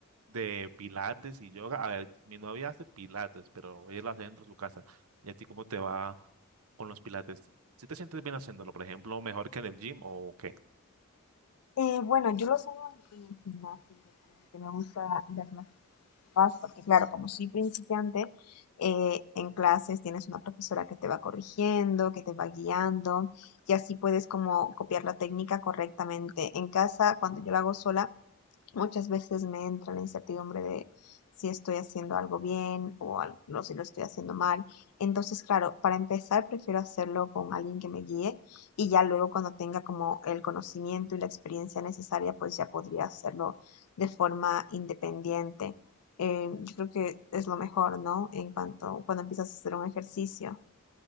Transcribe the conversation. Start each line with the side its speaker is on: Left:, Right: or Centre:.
Right: de pilates y yoga, a ver, mi novia hace pilates, pero ella lo hace dentro de su casa. ¿Y a ti cómo te va con los pilates? ¿Si te sientes bien haciéndolo, por ejemplo, mejor que en el gym o qué?
Left: Eh, bueno, yo lo hago en el gimnasio directamente. Me gusta ir a clases papás, porque claro, como soy principiante, eh, en clases tienes una profesora que te va corrigiendo, que te va guiando, y así puedes como copiar la técnica correctamente. En casa, cuando yo la hago sola, Muchas veces me entra la incertidumbre de si estoy haciendo algo bien o al- no si lo estoy haciendo mal. Entonces, claro, para empezar prefiero hacerlo con alguien que me guíe y ya luego cuando tenga como el conocimiento y la experiencia necesaria, pues ya podría hacerlo de forma independiente. Eh, yo creo que es lo mejor, ¿no? En cuanto cuando empiezas a hacer un ejercicio.